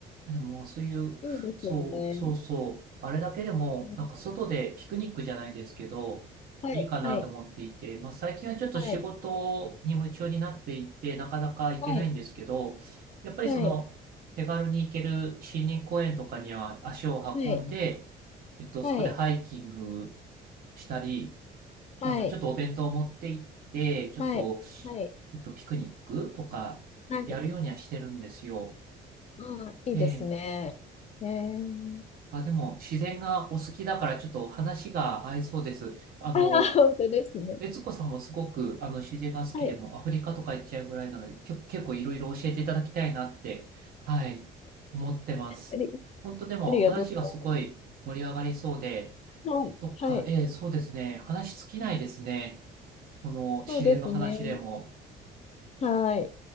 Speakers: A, on the right; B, on the left.
A: でも、そういう、
B: いいですよね。
A: そう、そうそう、あれだけでも、
B: うん
A: なんか外でピクニックじゃないですけど、
B: はい、
A: いいかなと思っていて、
B: はい、
A: まあ最近はちょっと仕事に夢中になっていて、
B: はい、
A: なかなか行けないんですけど、
B: はい、
A: やっぱりその、
B: はい、
A: 手軽に行ける森林公園とかには足を運んで、
B: はい、
A: えっと、
B: はい、
A: そこでハイキングしたり、
B: はい、
A: あの、ちょっとお弁当を持って行って、ちょっと、
B: はい、はい、
A: えっと、ピクニックとかやるようにはしてるんですよ。
B: はい。ああ、いいですね。
A: ええ
B: えー、
A: まあ、でも、自然がお好きだから、ちょっと話が合いそうです。あの、
B: ああ、本当ですね。
A: 悦子さんもすごく、あの、自然が好きでも、
B: はい、
A: アフリカとか行っちゃうぐらいなので、きょ、結構いろいろ教えていただきたいなって、はい、思ってます。
B: あり、
A: 本当でも、
B: ありがとうござい
A: 話がすごい盛り上がりそうで、
B: ます。
A: そっか、
B: はい、はい、
A: ええ、そうですね。話尽きないですね。その、自然の話でも。
B: そうですね。はい。